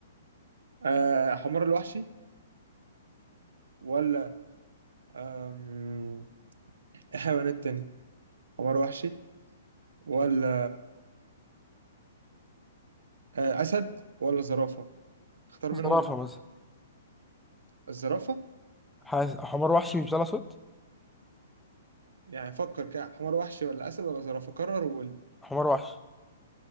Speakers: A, on the right (about 85°); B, in the centre.
A: أه حمار الوحشي ولا آم، ايه حيوانات تاني حمار وحشي ولا أه اسد ولا زرافه اختار
B: زرافه
A: منهم
B: مثلا
A: الزرافه
B: حاس... حمار وحشي مش بيطلع صوت
A: يعني فكر كده حمار وحشي ولا اسد ولا زرافه قرر وقول لي
B: حمار وحشي